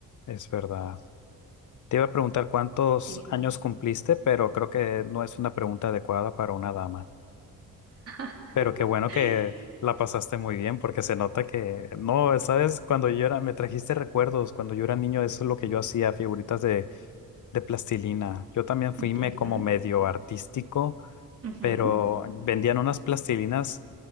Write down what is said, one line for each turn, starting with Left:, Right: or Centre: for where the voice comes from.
Left: es verdad. Te iba a preguntar cuántos
Right: Dime,
Left: años cumpliste, pero creo que no es una pregunta adecuada para una dama.
Right: <laughs>
Left: Pero qué bueno que la pasaste muy bien, porque se nota que, no, sabes, cuando yo era, me trajiste recuerdos, cuando yo era niño, eso es lo que yo hacía, figuritas de, de plastilina. Yo también fui
Right: ¿de
Left: me,
Right: verdad?
Left: como medio artístico,
Right: Ujú,
Left: pero vendían unas plastilinas